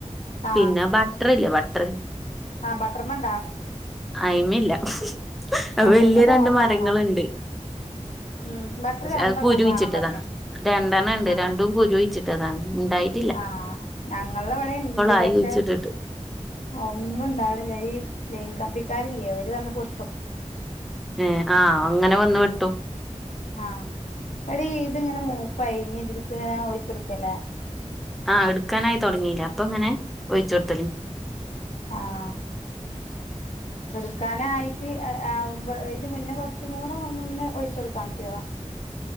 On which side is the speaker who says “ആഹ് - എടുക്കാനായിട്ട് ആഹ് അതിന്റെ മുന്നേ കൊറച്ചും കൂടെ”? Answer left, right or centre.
Left